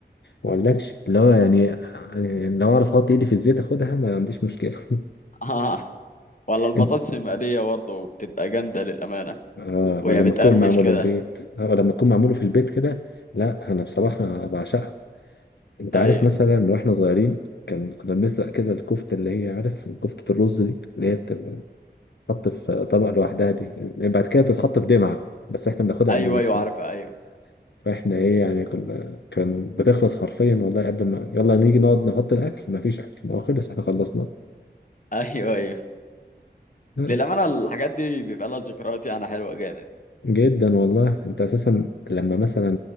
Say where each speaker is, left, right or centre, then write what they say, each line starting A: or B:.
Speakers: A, on the left (about 70°); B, on the left (about 45°).
A: ما أقولكش اللي هو يعني يعني لو أعرف أحط إيدي في الزيت أخدها ما عنديش مشكلة <laughs>
B: <laughs> آه. ولا البطاطس
A: أنت
B: المقليه برضه بتبقى جامده للامانه
A: آه
B: وهي
A: ولا لما
B: بتقرمش
A: تكون معمولة
B: كده
A: في البيت آه، ولا لما تكون معمولة في البيت كده لا أنا بصراحة بعشقها انت
B: ايوه
A: عارف مثلا واحنا صغيرين كان كنا بنسرق كده الكفته اللي هي عارف كفته الرز دي اللي هي بتبقى بتتحط في طبق لوحدها دي يعني بعد كده تتحط في دمعه بس احنا بناخدها
B: ايوه
A: قبل ما
B: ايوه
A: تتحط
B: عارفه ايوه
A: فاحنا ايه يعني كنا كان بتخلص حرفيا والله قبل ما يلا نيجي نقعد نحط الاكل مفيش اكل ما هو خلص احنا خلصنا
B: <laughs> ايوه ايوه
A: بس
B: للامانه الحاجات دي بيبقى لها ذكريات يعني حلوه جامد
A: جدا والله انت اساسا لما مثلا